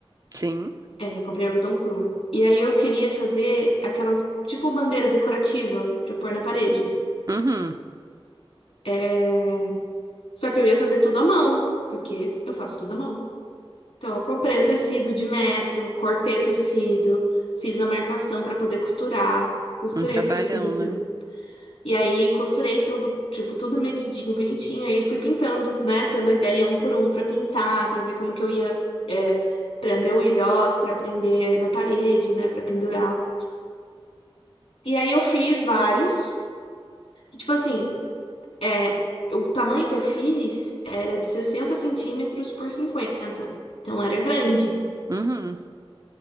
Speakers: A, on the right; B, on the left.
A: Sim.
B: É, comprei algodão cru. E aí eu queria fazer aquelas, tipo, bandeira decorativa pra pôr na parede.
A: Uhum.
B: É, Só que eu ia fazer tudo à mão, porque eu faço tudo à mão. Então eu comprei o tecido de metro, cortei o tecido, fiz a marcação pra poder costurar, costurei
A: Um trabalhão,
B: o tecido.
A: né?
B: E aí costurei tudo, tipo, tudo medidinho, bonitinho. Aí fui pintando, né, tendo a ideia um por um pra pintar, pra ver como que eu ia, é, prender o ilhós, pra prender na parede, né, Pra pendurar. E aí eu fiz vários. E, tipo assim, é, o tamanho que eu fiz era de sessenta centímetros por cinquenta Então era grande.
A: Uhum.